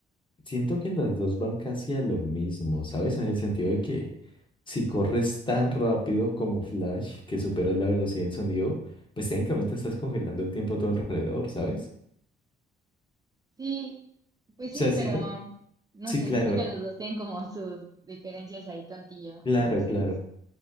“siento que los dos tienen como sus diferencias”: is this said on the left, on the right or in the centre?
Right